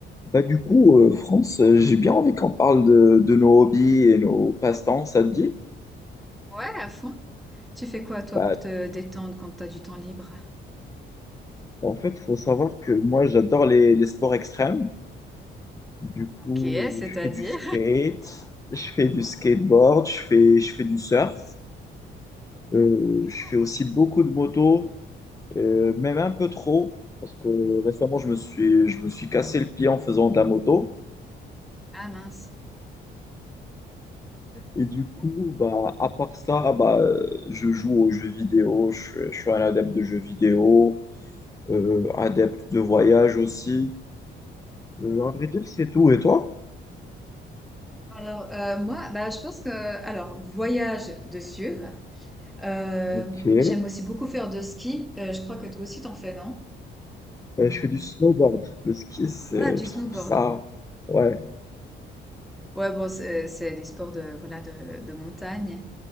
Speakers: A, on the left; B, in the centre.
A: Bah du coup, euh, France, euh, j'ai bien envie qu'on parle de, de nos hobbies et nos passe-temps, ça te dit?
B: Ouais, à fond. Tu fais quoi, toi,
A: Bah,
B: pour te détendre quand t'as du temps libre?
A: en fait, il faut savoir que moi, j'adore les, les sports extrêmes. Du coup,
B: OK, c'est-à-dire?
A: je fais du skate, je fais du skateboard, je fais, je fais du surf. Euh,
B: Ok.
A: je fais aussi beaucoup de moto, euh, même un peu trop, parce que récemment, je me suis, je me suis cassé le pied en faisant de la moto.
B: Ah mince.
A: Et du coup, bah, à part ça, bah, euh, je joue aux jeux vidéo, je, je suis un adepte de jeux vidéo. euh, adepte de voyage aussi. Euh, à vrai dire, c'est tout. Et toi?
B: Alors, euh, moi, bah, je pense que, alors, voyage de sûr. Euh,
A: Ok. Euh,
B: j'aime aussi beaucoup faire de ski. Euh, je crois que toi aussi, t'en fais, non?
A: je fais du snowboard. Le ski, c'est,
B: Ah, du
A: je
B: snowboard.
A: trouve ça. Ouais.
B: Ouais, bon, c'est c'est les sports de, voilà, de, de montagne.